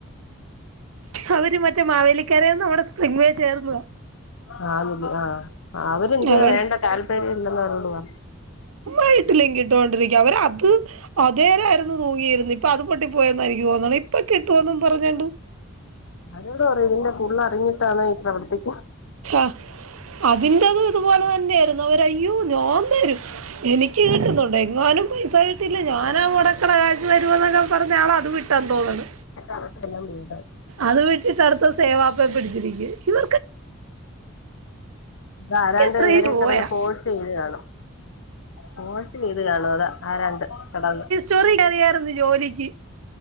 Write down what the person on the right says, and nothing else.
അവര് മറ്റേ മാവേലിക്കാരേന്ന് നമ്മടെ സ്പ്രിംഗ വേ ചേർന്ന
അവര്
ായിട്ട് ലഘിട്ടൊണ്ടിരിക്കുക അവര് അത് അതേനായിരുന്നു തൂങ്ങിയിരുന്നു ഇപ്പ അത് പൊട്ടി പോയന്ന് എനിക്ക് പോകന്നാണ് ഇപ്പൊ കിട്ടുവന്നും പറഞ്ഞണ്ട്
ഛ അതിന്റതും ഇതുപോലെ തന്നെയായിരുന്നു അവരയ്യോ ഞാന്നരും എനിക്ക് കിട്ടുന്നുണ്ട് എങ്ങാനും പൈസ കിട്ടില്ല ഞാനാ മുടക്കട കാശു തരുമ എന്നൊക്കെ പറഞ്ഞയാള അത് വിട്ടാന്ന് തോന്നണ്
അത് വീട്ടിട്ട അടുത്ത സേവാപ്പ പിടിച്ചിരിക്കും ഇവ
എത്രയും
രൂപയാ
ചെറി കറിയായിരുന്നു ജോലിക്ക്